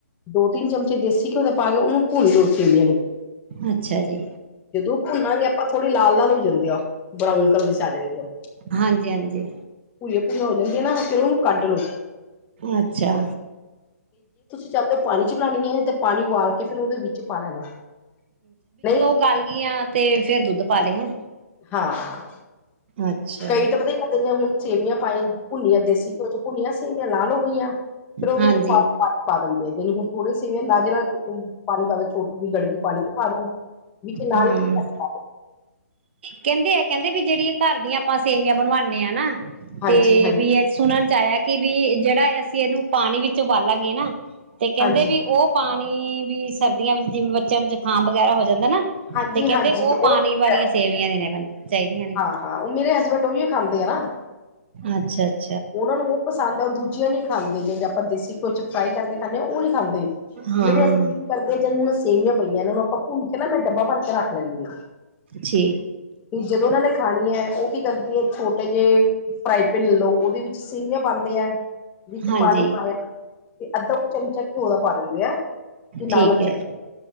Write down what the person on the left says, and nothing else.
ਦੋ ਤਿੰਨ ਚਮਚੇ ਦੇਸੀ ਘਿਓ ਦੇ ਪਾ ਕੇ ਉਹਨੂੰ ਭੁਣੀ ਲੋ ਸੇਵੀਆਂ ਨੂੰ।
ਜਦੋਂ ਭੁਨਾਗੇ ਆਪਾਂ ਥੋੜ੍ਹੀ ਲਾਲ ਲਾਲ ਹੋ ਜਾਂਦੇ ਆ। ਬਰਾਊਨ ਕਲਰ ਚ ਆ ਜਾ
ਭੂਰੀਆਂ ਭੂਰੀਆਂ ਹੋ ਜਾਂਦੀਆਂ ਨਾ ਫਿਰ ਉਹਨੂੰ ਕੱਢ ਲੋ।
ਚੱਲ ਪਾਣੀ ਚ ਬਣਾਉਣੀ ਹੈ ਤੇ ਪਾਣੀ ਉਾ ਬਾਲ ਕੇ ਫਿਰ ਉਹਦੇ ਵਿੱਚ ਪਾ ਲੈਣਾਵਾ
ਹਾਂ
ਕਈ ਤਾਂ ਪਤਾ ਦੀਆਂ ਹੁਣ ਸੇਵੀਆਂ ਪਾਾਈ ਭੁੰਨੀਆਂ ਦੇਸੀ ਘਿਓ ਚ ਭੁੰਨੀਆਂ ਸੇਵੀਆਂ ਲਾਲ ਹੋ ਗਈਆਂ। ਫਿਰ ਉਹਦੇ
ਚ ਪਾ ਪਾਣੀ ਪਾ ਦਿਂਦੇ ਆ ਜਿਨ ਹੁਣ ਥੋੜੇ ਸੇਵੀਆ ਨਾਲ ਪਾਣੀ ਪਾ ਛੋਟੀ ਜਹੀ ਗੜਬੀ ਪਾੀ ਤੇ ਪਾ ਦ ਵਿੱਚ ਨਾਲ
ਹੀ
ਹਾਂਜੀ,
ਹਾਂਜੀ,
ਹਾਂਜੀ,
ਹਾਂਜੀ,
ਹਾਂਜੀ
ਠੀਕ
ਹੈ।
ਹਾਂ, ਹਾਂ ਉਹ ਮੇਰੇ ਹਸਬੈਂਡ ਉਹ ਵੀ ਖਾਂਦੇ ਆ ਨਾ।
ਉਹਨਾ ਨੂੰ ਉਹ ਪਸੰਦ ਹੈ ਉਹ ਦੂਜੀਆਂ ਨਹੀਂ ਖਾਂਦੇ ਜਿਦੇ ਆਪਾਂ ਦੇਸੀ ਕੁ ਫਰਾਈ ਕਰਕੇ ਖਾਂਦੇ ਹ ਉਹ ਨਹੀਂ ਖਾਂਦੇ।
ਮੇਰੇ ਹਸਬੈਂਡ ਕੀ ਕਰਦੇ ਆ ਜਿਵੇ ਸੇਵੀਆਂ ਪਈਆਂ ਇਹਨ ਨੂੰ ਆਪਾਂ ਭੁੱਲ ਕੇ ਨਾ ਮੈਂ ਡੱਬਾ ਭਰ ਕੇ ਰੱਖ ਲੈਂਦੀ ਹਾਂ।
ਵੀ ਜਦੋਂ ਉਹਨਾਂ ਨੇ ਖਾਣੀ ਹੈ ਉਹ ਕੀ ਕਰਦੀ ਹੈ ਛੋਟੇ ਜਿਹੇ ਫਰਾਈ ਪੈਨ ਲਓ ਉਹਦੇ ਵਿੱਚ ਸੇਵੀਆਂ ਪਾਉਂਦੇ ਹੈ ਵਿੱਚ
ਪਾਣੀ ਪਾਇਆ ਤੇ ਅੱਧਾ ਕੁ ਚਮਚਾ ਘਿਓ ਦਾ ਪਾ ਦਿੰਦੇ ਆ ਤੇ ਨਾਲ
ਨਾ
ਚਿਪਕਣ।